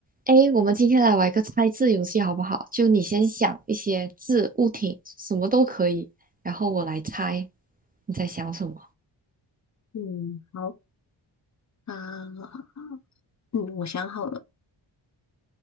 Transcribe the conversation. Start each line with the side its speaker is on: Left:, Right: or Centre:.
Right: 诶，我们今天来玩一个猜字游戏，好不好？就你先想一些字、物品，什么都可以，然后我来猜你在想什么。
Left: 嗯，好啊，嗯，我想好了，